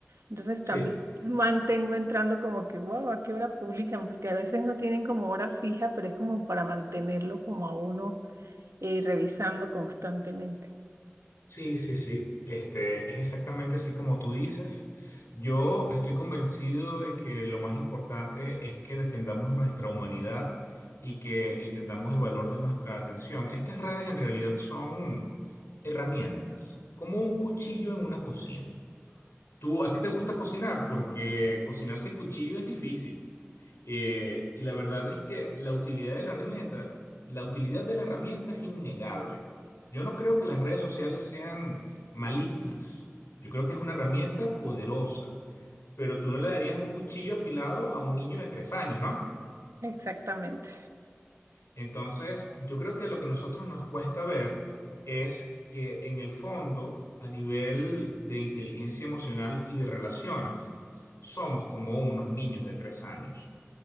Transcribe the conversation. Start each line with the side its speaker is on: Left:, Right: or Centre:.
Right: Entonces también
Left: sí.
Right: mantengo entrando como que, wow, ¿a qué hora publican? Porque a veces no tienen como hora fija, pero es como para mantenerlo como a uno eh, revisando constantemente.
Left: Sí, sí, sí. Este, es exactamente así como tú dices. Yo estoy convencido de que lo más importante es que defendamos nuestra humanidad y que entendamos el valor de nuestra atención. Estas redes en realidad son herramientas, como un cuchillo en una cocina. Tú, a ti te gusta cocinar porque cocinar sin cuchillo es difícil. Eh, y la verdad es que la utilidad de la herramienta, la utilidad de la herramienta es innegable. Yo no creo que las redes sociales sean malignas. Yo creo que es una herramienta poderosa. Pero tú no le darías un cuchillo afilado a un niño de tres años, ¿no?
Right: Exactamente.
Left: Entonces, yo creo que lo que a nosotros nos cuesta ver es que en el fondo, a nivel de inteligencia emocional y de relaciones, somos como unos niños de tres años.